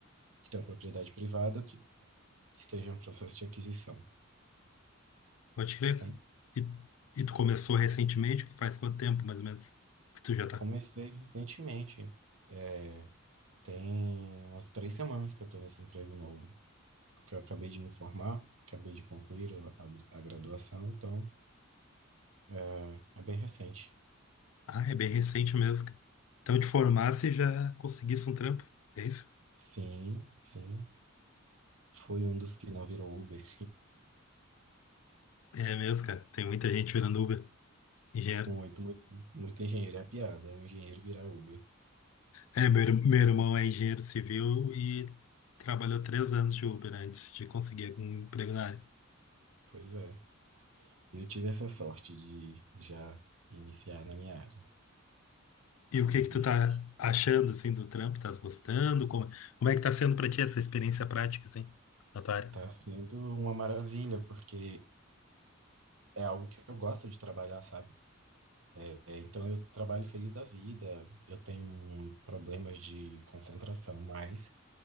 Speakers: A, on the right; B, on the left.
A: que tem uma propriedade privada, ou que esteja em um processo de aquisição.
B: Pode crer,
A: Tem
B: cara. E, e tu começou recentemente? Faz quanto tempo, mais ou menos, que tu já tá?
A: Comecei recentemente. É, tem umas três semanas que eu estou nesse emprego novo, porque eu acabei de me formar, acabei de concluir a, a graduação, então é, é bem recente.
B: Ah, é bem recente mesmo, cara. Então te formasse e já conseguisse um trampo. É isso?
A: Sim, sim. Fui um dos que não virou Uber.
B: É mesmo, cara. Tem muita gente virando Uber, engenheiro.
A: Muito, muito, muito engenheiro é piada, é um engenheiro virar Uber.
B: É, meu, ir- meu irmão é engenheiro civil e trabalhou três anos de Uber antes de conseguir algum emprego na área.
A: Pois é. Eu tive essa sorte de já iniciar na minha área, felizmente.
B: E o que que tu tá achando, assim, do trampo? Tás gostando? Como, como é que tá sendo pra ti essa experiência prática, assim, na tua área?
A: Tá sendo uma maravilha, porque é algo que eu gosto de trabalhar, sabe? É, então eu trabalho feliz da vida. Eu tenho problemas de concentração, mas